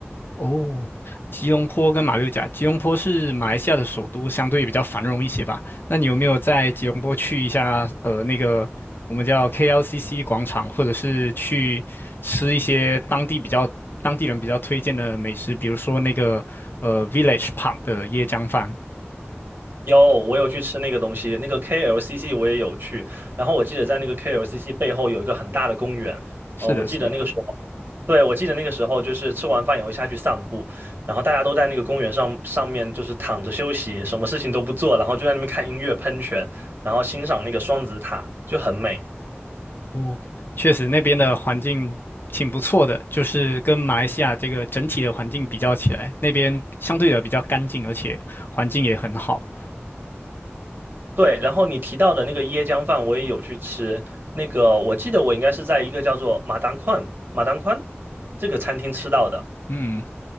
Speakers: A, on the left; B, on the right.
A: 哦，吉隆坡跟马六甲，吉隆坡是马来西亚的首都，相对比较繁荣一些吧。那你有没有在吉隆坡去一下？呃，那个我们叫 KLCC 广场，或者是去吃一些当地比较当地人比较推荐的美食，比如说那个呃 Village Park 的椰浆饭。
B: 有，我有去吃那个东西，那个 KLCC 我也有去。然后我记得在那个 KLCC 背后有一个很大的公园，
A: 是的，
B: 哦，我记得那个时候，
A: 是的，
B: 对，我记得那个时候就是吃完饭也会下去散步，然后大家都在那个公园上上面就是躺着休息，什么事情都不做，然后就在那边看音乐喷泉，然后欣赏那个双子塔，就很美。
A: 哦，确实那边的环境挺不错的，就是跟马来西亚这个整体的环境比较起来，那边相对的比较干净，而且环境也很好。
B: 对，然后你提到的那个椰浆饭我也有去吃，那个我记得我应该是在一个叫做马当宽马当宽这个餐厅吃到的。
A: 嗯。